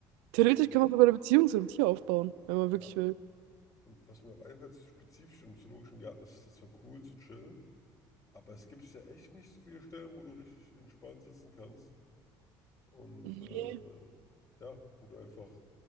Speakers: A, on the right (about 85°); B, on the left (about 35°).
A: Theoretisch
B: Weil ich,
A: kann man sogar eine Beziehung zu einem Tier aufbauen, wenn man wirklich
B: ja,
A: will.
B: Und was mir auch einfällt, spezifisch im Zoologischen Garten ist, das war cool zu chillen, aber es gibt ja echt nicht so viele Stellen, wo du richtig entspannt sitzen kannst und
A: Nee.
B: äh, ja, wo du einfach